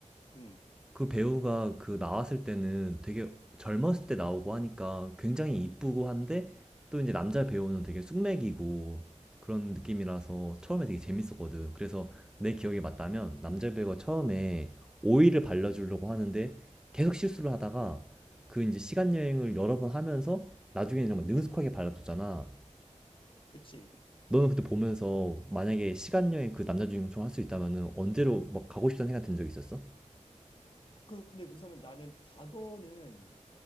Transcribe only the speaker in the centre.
그 배우가 그 나왔을 때는 되게 젊었을 때 나오고 하니까 굉장히 이쁘고 한데 또 이제 남자 배우는 되게 숙맥이고 그런 느낌이라서 처음에 되게 재밌었거든. 그래서 내 기억에 맞다면 남자 배우가 처음에 오일을 발라주려고 하는데 계속 실수를 하다가 그 이제 시간 여행을 여러 번 하면서 나중에는 정말 능숙하게 발라줬잖아.
너는 그때 보면서 만약에 시간 여행 그 남자 주인공처럼 할 수 있다면은 언제로 막 가고 싶다는 생각 든 적 있었어?